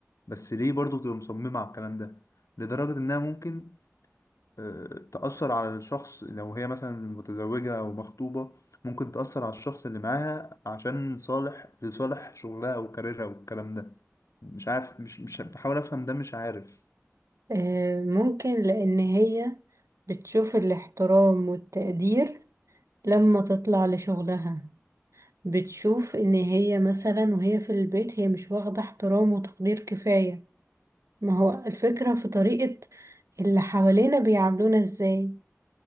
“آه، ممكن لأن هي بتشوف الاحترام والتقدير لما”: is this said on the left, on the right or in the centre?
Right